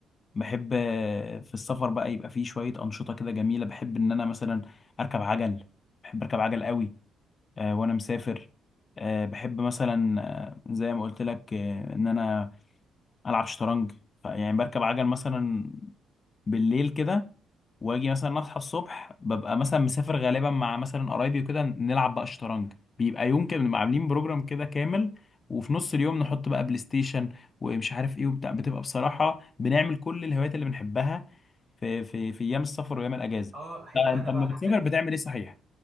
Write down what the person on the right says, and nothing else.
اه احب
انا
بقى الحاجات
دي